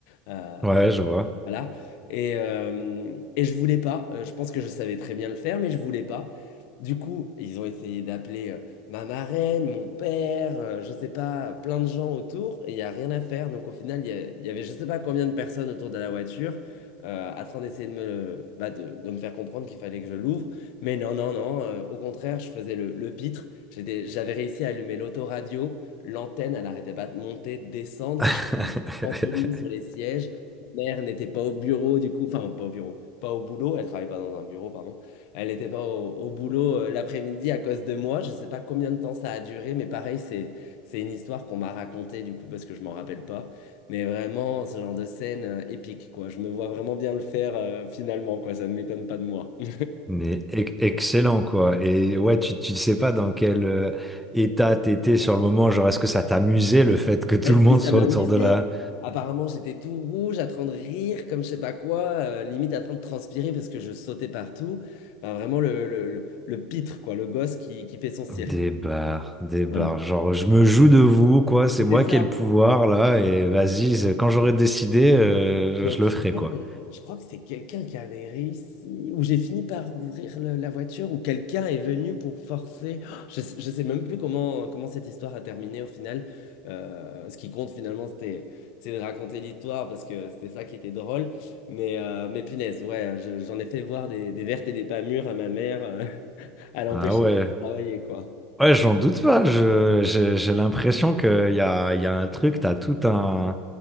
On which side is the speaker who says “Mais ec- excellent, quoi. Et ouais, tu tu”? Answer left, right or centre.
Centre